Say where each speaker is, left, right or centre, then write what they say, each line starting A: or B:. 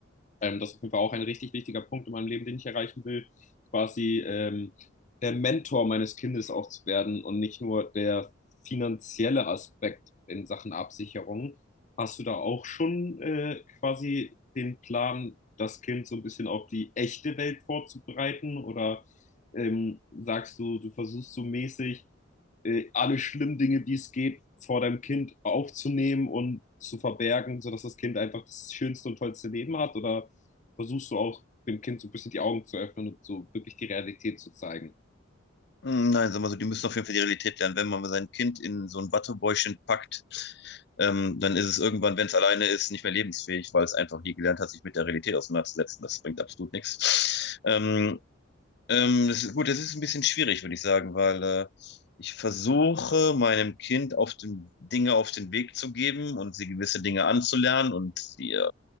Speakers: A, on the left; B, on the left.
A: Ähm, das ist auf jeden Fall auch ein richtig wichtiger Punkt in meinem Leben, den ich erreichen will, quasi ähm, der Mentor meines Kindes auch zu werden und nicht nur der finanzielle Aspekt in Sachen Absicherung. Hast du da auch schon äh, quasi den Plan, das Kind so ein bisschen auf die echte Welt vorzubereiten? Oder ähm, sagst du, du versuchst so mäßig äh, alle schlimmen Dinge, die es geht, vor deinem Kind aufzunehmen und zu verbergen, sodass das Kind einfach das schönste und tollste Leben hat? Oder versuchst du auch dem Kind so ein bisschen die Augen zu öffnen und so wirklich die Realität zu zeigen.
B: Mm, Nein, sagen wir so, die müssen auf jeden Fall die Realität lernen. Wenn man sein Kind in so ein Wattebäuschen packt, ähm, dann ist es irgendwann, wenn es alleine ist, nicht mehr lebensfähig, weil es einfach nie gelernt hat, sich mit der Realität auseinanderzusetzen. Das bringt absolut nichts. Ähm, ähm, das ist, gut, das ist ein bisschen schwierig, würde ich sagen, weil äh, ich versuche, meinem Kind auf den, Dinge auf den Weg zu geben und sie gewisse Dinge anzulernen und sie, äh,